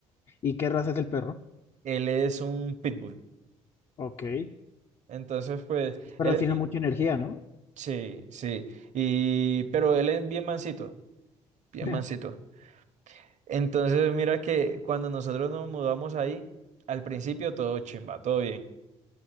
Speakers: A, on the left; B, on the right.
A: ¿Y qué raza es el perro?
B: Él es un pitbull.
A: Ok. El
B: Entonces, pues,
A: perro
B: él es
A: tiene
B: bien,
A: mucha energía, ¿no?
B: sí, sí, y, pero él es bien mansito, bien
A: <laughs>
B: mansito. Entonces, mira que cuando nosotros nos mudamos ahí, al principio todo chimba, todo bien.